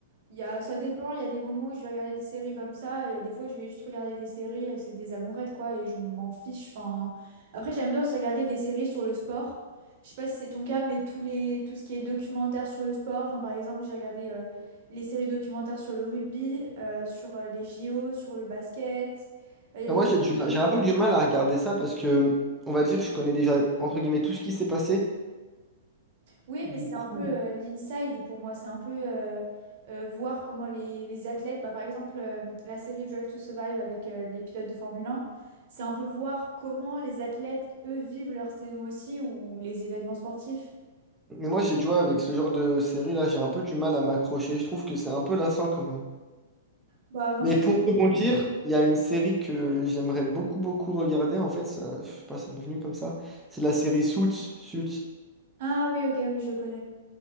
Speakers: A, on the right (about 45°); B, in the centre.
A: Il y a, ça dépend, il y a des moments où je vais regarder des séries comme ça, il y a des fois je vais juste regarder des séries, euh, c'est des amourettes quoi, et je m'en fiche. Enfin... Après j'aime bien aussi regarder des séries sur le sport. Je sais pas si c'est ton cas, mais tous les... tout ce qui est documentaire sur le sport, enfin, par exemple j'ai regardé euh, les séries documentaires sur le rugby, euh, sur euh, les JO, sur le basket, Euh, il y avait
B: Enfin, moi, j'ai du- j'ai un peu du mal à regarder ça parce que, on va dire, je connais déjà, entre guillemets, tout ce qui s'est passé.
A: Oui,
B: Du
A: mais c'est
B: coup,
A: un peu euh, l'inside pour moi. C'est un peu euh, euh, voir comment les, les athlètes, bah, par exemple, euh, la série Drive to Survive avec euh, les pilotes de Formule un. c'est un peu voir comment les athlètes, eux, vivent leur saison aussi ou les événements sportifs.
B: mais moi, j'ai, tu vois, avec ce genre de série-là, j'ai un peu du mal à m'accrocher. Je trouve que c'est un peu lassant quand même.
A: Bah, moi,
B: Mais
A: je sais
B: pour rebondir,
A: pas.
B: il y a une série que j'aimerais beaucoup, beaucoup regarder. En fait, ça, je sais pas, ça m'est venu comme ça. C'est la série Suits. Suits.
A: Ah oui, ok, oui, je connais.